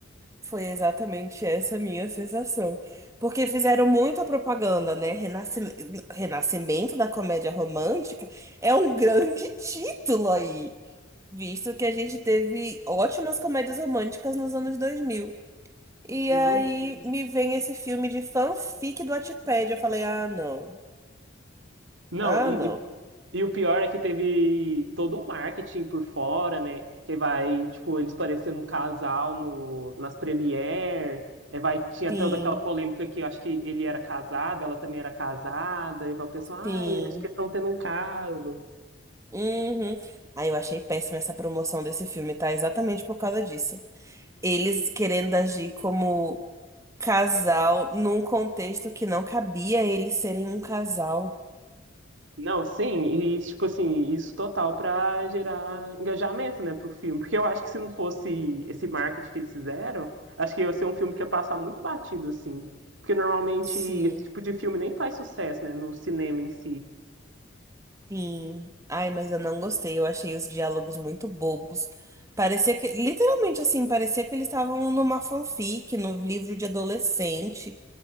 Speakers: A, on the right; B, on the right.
A: Foi exatamente essa a minha sensação. Porque fizeram muita propaganda, né? Renascimento, Renascimento da comédia romântica é um grande <laughs> título aí, visto que a gente teve ótimas comédias românticas nos anos dois mil E
B: Não,
A: aí
B: sim.
A: me vem esse filme de fanfic do Wattpad. Eu falei, ah, não.
B: Não,
A: Ah,
B: e,
A: não.
B: e e o pior é que teve todo um marketing por fora, né? Que vai, tipo, eles parecendo um casal no, nas premiere. É, vai, tinha
A: Sim,
B: toda aquela polêmica que eu acho que ele era casado, ela também era casada, e vai o pessoal, ai,
A: sim.
B: acho que eles estão tendo um caso.
A: Uhum. Aí eu achei péssima essa promoção desse filme, tá? Exatamente por causa disso eles querendo agir como casal num contexto que não cabia eles serem um casal.
B: Não, sim, e tipo assim, isso total pra gerar engajamento, né, pro filme. Porque eu acho que se não fosse esse marketing que eles fizeram, acho que ia ser um filme que ia passar muito batido, assim. Porque normalmente
A: Sim.
B: esse tipo de filme nem faz sucesso, né, no cinema em si.
A: Sim. Ai, mas eu não gostei. Eu achei os diálogos muito bobos. Parecia que, literalmente assim, parecia que eles estavam numa fanfic, no livro de adolescente.